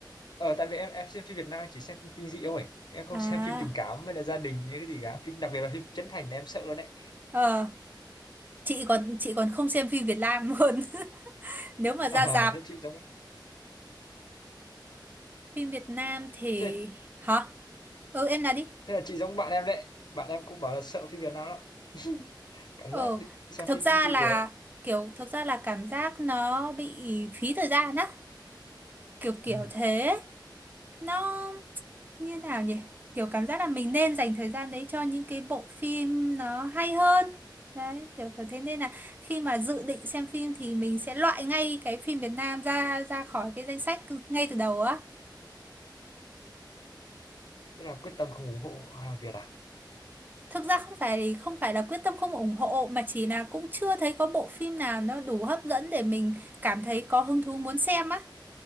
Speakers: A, on the left; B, on the right.
A: ờ tại vì em em xem phim Việt Nam em chỉ xem phim kinh dị thôi em không
B: à
A: xem phim tình cảm hay là gia đình hay cái gì cả phim đặc biệt là phim Trấn Thành là em sợ luôn đấy
B: ờ chị còn chị còn không xem phim Việt Nam luôn. <laughs> Nếu mà ra
A: ờ
B: rạp
A: thế chị giống
B: phim Việt Nam thì
A: thế
B: hả? Ừ em nói đi.
A: thế là chị giống bạn em đấy bạn em cũng bảo là sợ phim Việt Nam lắm <laughs> cảm
B: Ờ,
A: giác đi xem
B: thực
A: phim
B: ra
A: cứ bị
B: là
A: lười ấy.
B: kiểu thực ra là cảm giác nó bị phí thời gian á, kiểu kiểu
A: ừ.
B: thế. Nó như nào nhỉ? Kiểu cảm giác là mình nên dành thời gian đấy cho những cái bộ phim nó hay hơn. Đấy, kiểu kiểu thế nên là khi mà dự định xem phim thì mình sẽ loại ngay cái phim Việt Nam ra ra khỏi cái danh sách từ- ngay từ đầu á.
A: thế là quyết tâm không ủng hộ hàng Việt à
B: Thực ra không phải không phải là quyết tâm không ủng hộ mà chỉ là cũng chưa thấy có bộ phim nào nó đủ hấp dẫn để mình cảm thấy có hứng thú muốn xem á.